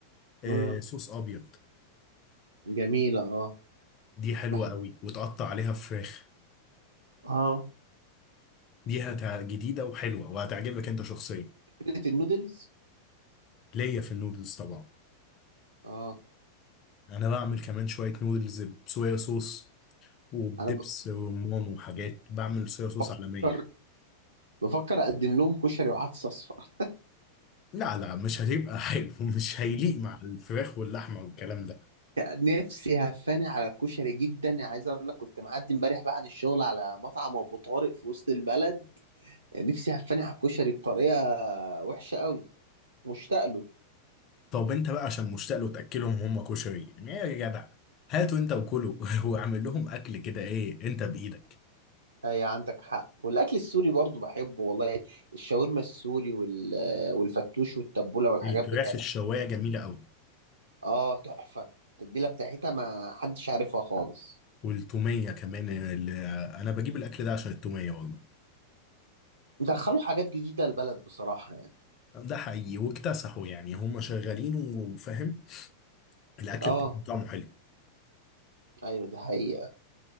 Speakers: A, on the left; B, on the right.
A: آه،
B: امم
A: صوص ابيض
B: جميله اه
A: دي حلوه
B: بحب
A: قوي وتقطع عليها فراخ
B: اه
A: دي هتع... جديده وحلوه وهتعجبك انت شخصيا
B: فكره النودلز
A: ليا في النودلز طبعا
B: اه
A: انا بعمل كمان شويه نودلز بصويا صوص وبدبس
B: انا ب...
A: رمان وحاجات بعمل صويا صوص
B: بفكر
A: عالميه يعني
B: بفكر اقدم لهم كشري وعدس اصفر
A: لا لا مش هتبقى حلو <laughs> مش هيليق مع الفراخ واللحمه والكلام ده
B: نفسي هفاني على الكشري جدا يعني عايز اقول لك كنت معدي امبارح بعد الشغل على مطعم ابو طارق في وسط البلد نفسي هفاني على الكشري بطريقه وحشه قوي مشتاق له
A: طب انت بقى عشان مشتاق له تاكلهم هم كشري يعني ايه يا جدع هاتوا انت وكلوا <laughs> واعمل لهم اكل كده ايه انت بايدك
B: اي عندك حق والاكل السوري برضو بحبه والله الشاورما السوري وال... والفتوش والتبوله والحاجات
A: الفراخ
B: بتاعتها
A: الشوايه جميله قوي
B: اه تحفه التتبيله بتاعتها ما حدش عارفها خالص
A: والتوميه كمان اللي انا بجيب الاكل ده عشان التوميه والله
B: دخلوا حاجات جديده البلد بصراحه يعني
A: ده حقيقي واكتسحوا يعني هم شغالين وفاهم الاكل
B: اه
A: بتاعهم طعمه حلو
B: ايوه دي حقيقه